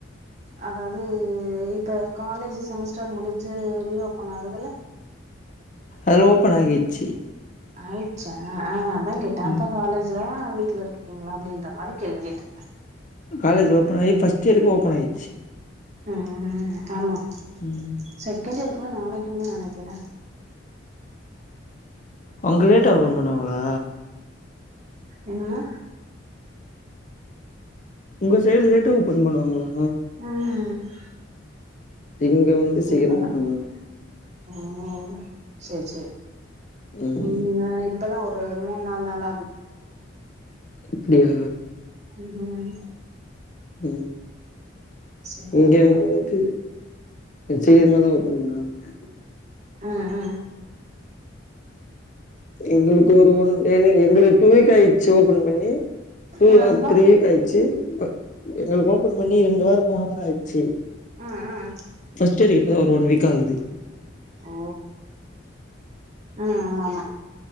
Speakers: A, on the right; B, on the left.
A: அதாது இப்ப காலேஜ் செமஸ்டர் முடிஞ்சு ரீ ஓபன் ஆகுதுல
B: அலொ ஓபன் ஆகிச்சு
A: ஆயிட்ச்சா ஆ‌ அதாங் கேட்ட தாத்தா
B: ம்.
A: காலேஜ் இதா வீட்ல இருக்கீங்களா அப்டின்ற மாரி கேள்வி கேட்டு
B: காலேஜ் ஓபன் ஆயி ஃபஸ்ட்டு இயர்கு ஓபன் ஆயிட்ச்சு
A: உம் ஆமா
B: உம்
A: செகண்ட் இயருக்கு எல்லா நாளைக்குனு தா நெனைக்கிறே
B: அங்க லேட்டா ஒபன் பண்ணுவாங்களா
A: என்னமா
B: உங்க சைடு லேட்டா ஓபன் பண்ணுவாங்களா
A: ஹ
B: இங்க சீக்கிரமா
A: இப்ப தா
B: ஓப்பன் பண்ணுவாங்க.
A: உம் செர் செர்
B: ம்.
A: உம் இப்பதா ஒரு மூண் நாலு நாள் நாளா ஆகுது
B: அப்டியா
A: உம் உம்
B: உம்
A: சேரிப்பா
B: இங்க வந்து கொஞ்சோ சிக்கிரமா தா ஓப்பன் பண்ணுவாங்க
A: ஆ ஆ
B: எங்களுக்கு ஒரு டேனு எங்களுக்கு டூ வீக் ஆயிடுச்சு ஓப்பன் பண்ணி டூ
A: என்னப்பா
B: ஆர் தீ வீக் ஆயிடுச்சு எங்களுக்கு ஓப்பன் பண்ணி ரெண்டு வாரோ மூணு வாரோ ஆயிட்ச்சு
A: ம் ம்
B: ஃபஸ்ட் இயர் இப்ப தா ஓன் வீக் ஆகுது
A: ஓ உம் ஆமா ஆமா